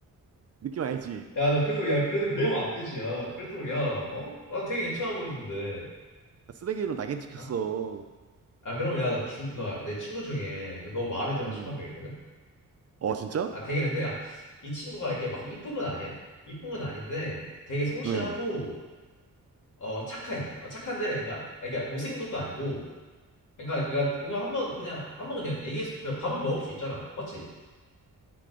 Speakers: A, on the right; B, on the left.
A: 느낌 알지?
B: 야 너 그래도 야 그래도 그래면 안 되지 야 그래도 야 어? 나 되게 괜찮아 보였는데
A: 쓰레기로 낙인 찍혔어.
B: 어? 아 그럼 야나주나내 친구 중에 그 너 마음에 드는
A: 음.
B: 친구 한 명 있거든?
A: 어 진짜?
B: 아 되게 근데 야 이 친구가 이렇게 막 이쁜 건 아니야 이쁜 건 아닌데 되게 성실하고
A: 응.
B: 어 착해 어 착한데 그러니까 그러니까 못생긴 것도 아니고 그러니까 내가 이거 한번 그냥 한번 그냥 얘기해서 그냥 밥은 먹을 수 있잖아. 맞지?